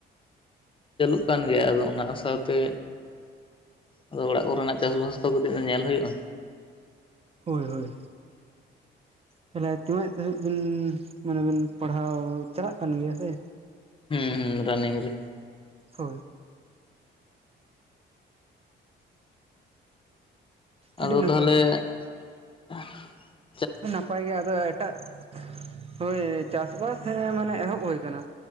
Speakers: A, on the left; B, on the right.
A: ᱪᱟᱹᱞᱩᱜ ᱠᱟᱱ ᱜᱮᱭᱟ ᱟᱫᱚ ᱚᱱᱟ ᱟᱥᱟᱛᱮᱼᱼ ᱟᱫᱚ ᱚᱲᱟᱜ ᱠᱚᱨᱮᱱᱟᱜ ᱪᱟᱥ-ᱵᱟᱥ ᱛᱚ ᱠᱟᱹᱴᱤᱡ ᱫᱚ ᱧᱮᱞ ᱦᱩᱭᱩᱜ-ᱟ᱾
B: ᱦᱳᱭ-ᱦᱳᱭ ᱛᱟᱦᱚᱞᱮ ᱛᱤᱱᱟᱹᱜ ᱫᱷᱟᱹᱵᱤᱡ ᱵᱤᱱ ᱢᱟᱱᱮ ᱵᱤᱱ ᱯᱟᱲᱦᱟᱣ ᱪᱟᱞᱟᱜ ᱠᱟᱱ ᱜᱮᱭᱟ ᱥᱮ?
A: ᱦᱩᱸᱻ ᱨᱟᱱᱤᱝ ᱨᱮ᱾
B: ᱦᱳᱭ
A: ᱟᱫᱚ
B: ᱟᱹᱰᱤ ᱱᱟᱯᱟᱭ
A: ᱛᱟᱦᱚᱞᱮ ᱟᱸᱦ
B: ᱱᱟᱯᱟᱭ ᱜᱮ ᱟᱫᱚ ᱮᱴᱟᱜ ᱦᱳᱭ ᱪᱟᱥ ᱵᱟᱥ ᱢᱟᱱᱮ ᱮᱦᱚᱵ ᱦᱩᱭ ᱠᱟᱱᱟ᱾